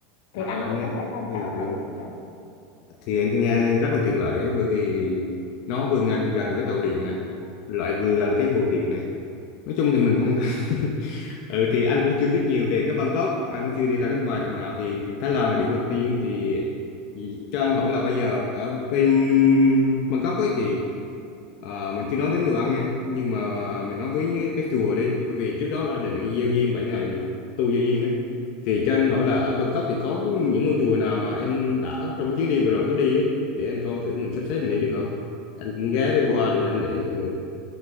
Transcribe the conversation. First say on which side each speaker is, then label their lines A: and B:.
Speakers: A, on the left; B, on the left.
A: thì
B: à
A: anh
B: anh
A: cũng
B: nghe
A: có thể tham
B: ừ,
A: khảo
B: ừ.
A: thử dạ
B: thì anh nghe rất là tiện lợi ấy bởi vì nó vừa gần, gần cái tàu điện này lại vừa gần cái bưu điện này nói chung thì mình không cần <laughs> Ừ thì anh cũng chưa biết nhiều về cái Bangkok, anh cũng chưa đi ra nước ngoài lần nào thì Thái Lan là điểm đầu tiên thì, thì cho anh hỏi là bây giờ ở bên Bangkok ấy thì à, mình chưa nói đến đồ ăn nha, nhưng mà mình nói với cái chùa đi, bởi vì trước đó là anh định đi giao duyên 7 ngày tu giao duyên ấy. Thì cho anh hỏi là ở Bangkok thì có những ngôi chùa nào mà em đã trong chuyến đi vừa rồi có đi ấy, để anh coi thử mình sắp xếp mình đi được không? Anh cũng ghé đi
A: dạ
B: qua để đảnh lễ. Ừ.